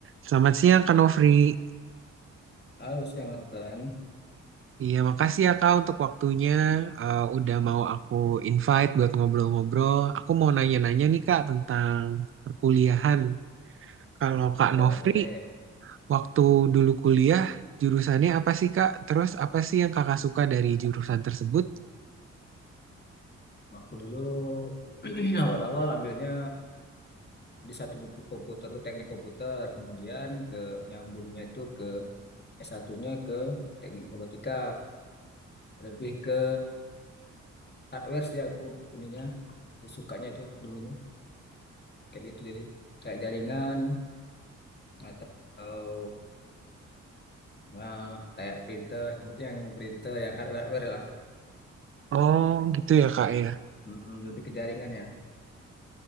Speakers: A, on the right; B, on the left.
A: Selamat siang, Kak Nofri.
B: Halo, siang Nathan.
A: Iya, makasih ya, Kak, untuk waktunya. Eh, udah mau aku invite buat ngobrol-ngobrol. Aku mau nanya-nanya nih, Kak, tentang perkuliahan. Kalau Kak
B: Oh,
A: Nofri,
B: boleh.
A: waktu dulu kuliah, jurusannya apa sih, Kak? Terus apa sih yang Kakak suka dari jurusan tersebut?
B: Aku dulu <clears throat> awal-awal ambilnya di satu buku komputer, dulu teknik komputer. Kemudian ke nyambungnya itu ke s 1 ke teknik informatika. Lebih ke hardware sih aku ininya. Sukanya itu ke- dulunya. Kayak gitu jadi. Kayak jaringan atau nah, kayak printer. Kemudian yang printer, yang hardware-hardware lah.
A: Oh, gitu ya, Kak, ya.
B: Mm-mm, lebih ke jaringan ya.